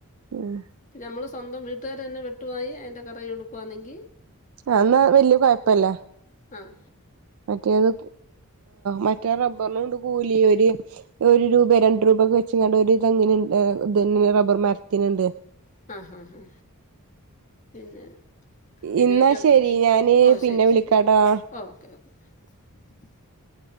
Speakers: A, on the right; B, on the left.
A: ഉം
B: പിന്നെ നമ്മള് സ് സ്വന്തം വീട്ടുകാര് തന്നെ വെട്ടുവായി അയിന്റെ കറെയെടുക്കുവാന്നെങ്കി-
A: ആ എന്നാ വല്യ കൊഴപ്പല്ല-
B: ആഹ്
A: മറ്റേ അത് മറ്റേ റബ്ബറിനുണ്ട് കൂലി - ഓര് ഒരു രൂപ രണ്ട് രൂപ ഒക്കെ വെച്ചങ്ങാണ്ട് ഒരു ഇതങ്ങനെ ഇ ഇത് റബ്ബർ മരത്തിനുണ്ട്-
B: ആഹ് ഹാ ഹാ പിന്നെ പിന്നെ
A: ഇന്നാ
B: എന്റെ
A: ശരി ഞാന്
B: ഓ
A: പിന്നെ
B: ശരി
A: വിളിക്കാട്ടാ
B: ശരി ഓക്കെ -